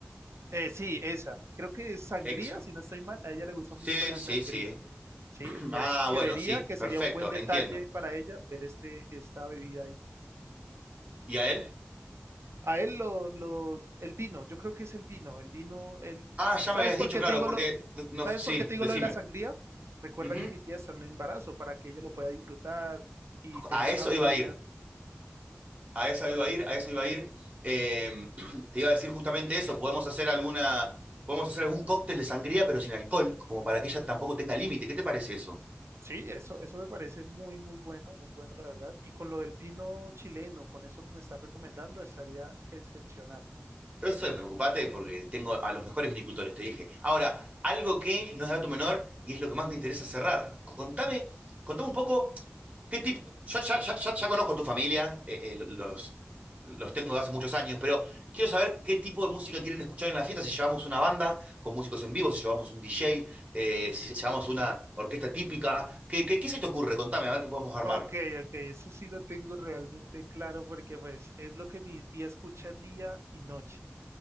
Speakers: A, on the right; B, on the right.
A: Eh, sí, esa, creo que es sangría,
B: Exo.
A: si no estoy mal, a ella le gusta
B: Sí,
A: mucho la
B: sí,
A: sangría,
B: sí.
A: ¿sí?
B: <clears throat>
A: Entonces,
B: Ah,
A: creería
B: bueno, sí,
A: que sería
B: perfecto,
A: un buen detalle
B: entiendo.
A: para ella ver este, esta bebida ahí
B: ¿Y a él?
A: A él lo, lo, el vino, yo creo que es el vino, el vino, el...
B: Ah, ya
A: ¿Sabes
B: me habías
A: por
B: dicho,
A: qué
B: claro,
A: te digo
B: porque
A: lo,
B: no,
A: ¿sabes
B: sí,
A: por qué te digo
B: decime.
A: lo de la sangría? Recuerda
B: Ujú.
A: que mi tía está en embarazo para que ella lo pueda disfrutar y tenga
B: A eso
A: una bebida,
B: iba a ir, a eso
A: es para
B: iba a ir,
A: eso.
B: a eso iba a ir. Eh, <clears throat> te iba a decir justamente eso, podemos hacer alguna, podemos hacer algún cóctel de sangría, pero sin alcohol, como para que ella tampoco tenga límite. ¿Qué te parece eso?
A: Sí, eso, eso me parece muy, muy bueno, muy bueno, la verdad. Y con lo del vino chileno, con eso que me estás recomendando, estaría excepcional.
B: Eso de preocupate porque tengo a los mejores vinicultores, te dije. Ahora, algo que no es dato menor y es lo que más me interesa cerrar. Contame, contame un poco qué tipo. Yo ya, ya, ya, ya conozco a tu familia, eh, eh, los, los tengo de hace muchos años, pero quiero saber qué tipo de música quieren escuchar en la fiesta, si llevamos una banda con músicos en vivo, si llevamos un DJ, eh, si llevamos una orquesta típica. ¿Qué, qué, qué se te ocurre? Contame, a ver qué podemos armar.
A: Ok, ok, eso sí lo tengo realmente claro porque pues es lo que mi tía escucha día y noche.